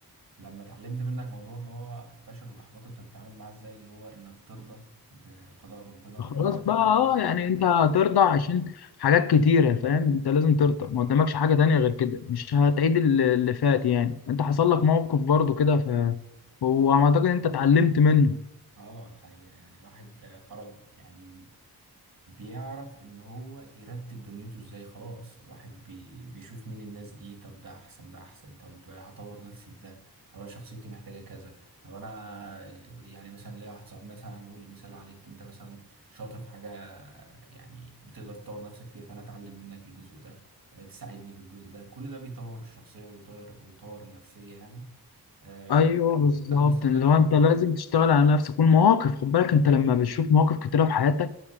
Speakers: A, on the right; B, on the left.
A: لما اتعلمت منك موضوع ان هو الفشل والاحباط انت بتتعامل معاه ازاي اللي هو انك ترضى بقضاء ربنا وانك
B: خلاص بقى
A: تبدا
B: اه
A: تركز
B: يعني
A: في
B: انت
A: حياتك
B: هترضى عشان حاجات كتيرة فاهم انت لازم ترضى ما قدامكش حاجة تانية غير كده مش هتعيد ال- اللي فات يعني انت حصل لك موقف برضو كده ف وعم اعتقد انت اتعلمت منه
A: اه الحقيقه يعني الواحد خرج يعني بيعرف ان هو يرتب دنيته ازاي خلاص الواحد بي بيشوف مين الناس دي طب ده احسن ده احسن طب هطور نفسي في ده طب انا شخصيتي محتاجة كذا طب انا يعني مثلا ليا واحد صاحبي مثلا هنقول مثال عليك انت مثلا شاطر في حاجة يعني بتقدر تطور نفسك فيها فانا اتعلم منك الجزء ده آه، تساعدني في الجزء ده كل ده بيطور الشخصية ويطور ويطور النفسية يعني آه،
B: ايوه
A: كنت
B: بالظبط
A: عايز اسألك
B: اللي هو انت لازم تشتغل على نفسك والمواقف خد بالك انت لما بتشوف مواقف كتيرة في حياتك